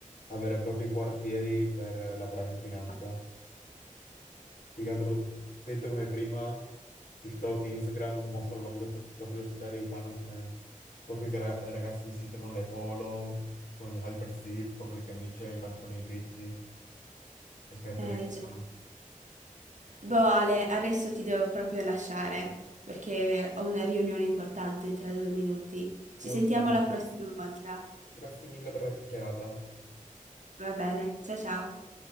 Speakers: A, on the left; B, on the right.
A: avere proprio i quartieri per eh, lavorare in finanza. Più che altro detto come prima, TikTok e Instagram mostrano Londra co- proprio la città dei finance man, proprio che ra- ragazzi vestiti con le polo, con gli halter zip, con le camicie, i pantaloni dritti, le scarpe
B: eh
A: eleganti.
B: già. Boh, Ale, adesso ti devo proprio lasciare perché ho una riunione importante tra due minuti. Ci
A: Molto
B: sentiamo
A: bene.
B: la prossima volta.
A: Grazie mille per la chiacchierata.
B: Va bene, ciao ciao.